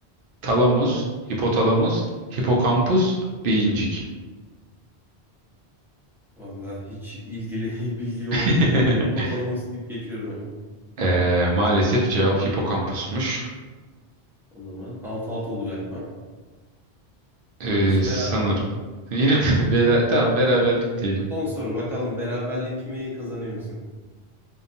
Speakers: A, on the right; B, in the centre.
A: Talamus, hipotalamus, hipokampus, beyincik.
B: Vallahi hiç ilgili <laughs> bilgili
A: <laughs>
B: olduğum bir konu değil. Hipotalamus deyip geçiyorum hemen.
A: Ee, maalesef cevap hipokampusmuş.
B: O zaman 6-6 oldu galiba.
A: Ee,
B: Neyse
A: sanırım.
B: beraberlik.
A: Yine mi? <laughs> Bela-
B: Tamam.
A: Tamam beraberlik diyelim.
B: Son soru bakalım beraberlik mi kazanıyor musun?